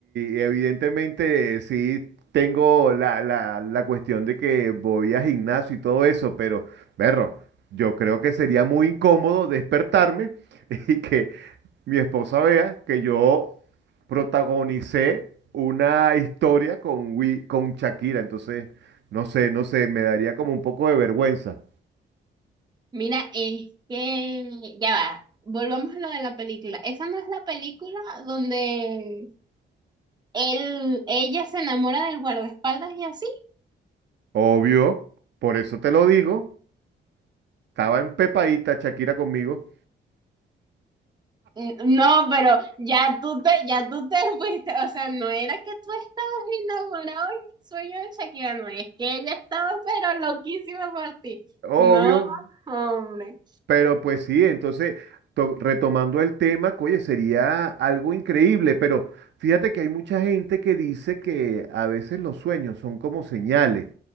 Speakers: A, on the right; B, on the right.
A: y evidentemente sí tengo la, la- la cuestión de que voy a gimnasio y todo eso, pero, perro, yo creo que sería muy incómodo despertarme <laughs> y que mi esposa vea que yo protagonicé una historia con, Wi- con Shakira. Entonces, no sé, no sé, me daría como un poco de vergüenza.
B: Mira, es que ya va, volvamos a lo de la película. Esa no es la película donde él, ella se enamora del guardaespaldas y así.
A: Obvio, por eso te lo digo. Estaba empepadita Shakira conmigo,
B: Mm, No, pero ya tú te, ya tú te <laughs> fuiste. O sea, no era que tú estabas enamorado en el sueño de Shakira, no, es que ella estaba pero loquísima por ti.
A: obvio,
B: No, hombre.
A: pero pues sí, entonces, to- retomando el tema, oye, sería algo increíble, pero fíjate que hay mucha gente que dice que a veces los sueños son como señales.